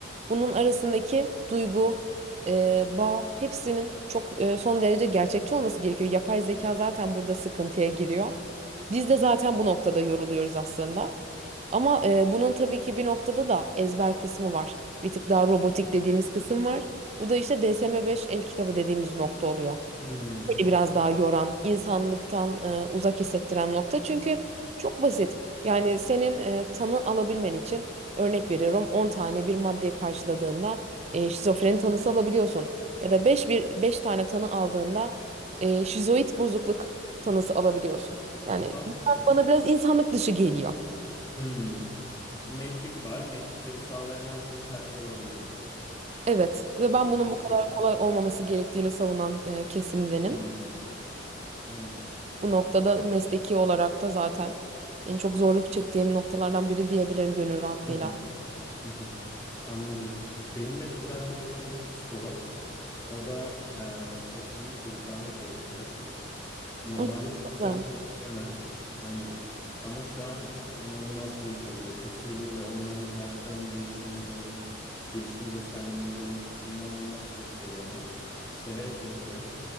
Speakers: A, on the right (about 35°); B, on the left (about 15°).
A: Bunun arasındaki duygu, e, bağ hepsinin çok e, son derece gerçekçi olması gerekiyor. Yapay zeka zaten burada sıkıntıya giriyor. Biz de zaten bu noktada yoruluyoruz aslında. Ama e, bunun tabii ki bir noktada da ezber kısmı var. Bir tık daha robotik dediğimiz kısım var. Bu da işte DSM-5 el kitabı dediğimiz nokta oluyor.
B: Hmm.
A: Beni biraz daha yoran, insanlıktan e, uzak hissettiren nokta. Çünkü çok basit. Yani senin e, tanı alabilmen için örnek veriyorum 10 tane bir maddeyi karşıladığında e, şizofreni tanısı alabiliyorsun. Ya da beş bir 5 tane tanı aldığında e, şizoid bozukluk tanısı alabiliyorsun. Yani
B: Allah.
A: bunlar bana biraz insanlık dışı geliyor.
B: Hmm. Metrik var. Metrikleri sağlayan herkes her şey olabilir diyorsun.
A: Evet ve ben bunun
B: Duygu
A: bu kadar
B: yok.
A: kolay olmaması gerektiğini savunan e, kesimdenim.
B: Hmm. Evet.
A: Bu noktada mesleki olarak da zaten en çok zorluk çektiğim noktalardan biri diyebilirim gönül rahatlığıyla.
B: Hı hı. Hı hı. Anladım. Benim de kız arkadaşım psikolog. O da e, otizmli çocuklarla çalışıyor. Normalde
A: O
B: çocukları
A: yüzden
B: çok sevmez. Aynen. Ama şu an inanılmaz keyif alıyor. Çok seviyor ve onların hayatlarının değişimini görmek, gelişim göstermelerini görmek inanılmaz keyif veriyor ona. Severek yapıyor.